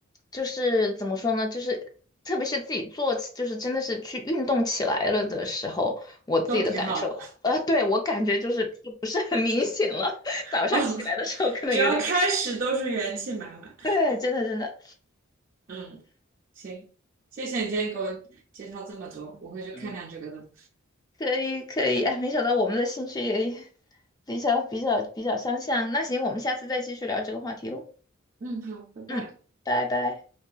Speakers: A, on the left (about 20°); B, on the right (about 40°).
A: 就是怎么说呢，就是特别是自己做起，就是真的是去运动起来了的时候，我自己的感受，
B: 都挺好的，
A: 呃，对，我感觉就是就不是很明显了。<laughs>
B: <laughs>
A: 早上起来的时候可能有点感觉，
B: 哦。只要开始都是元气满满，
A: 对，真的真的
B: 嗯，行，谢谢你今天给我介绍这么多，我会去看看这个的，
A: 嗯，可以可以，哎，没想到我们的兴趣也比较比较比较相像。那行，我们下次再继续聊这个话题喽。
B: 嗯，好，拜拜。
A: 嗯，拜拜。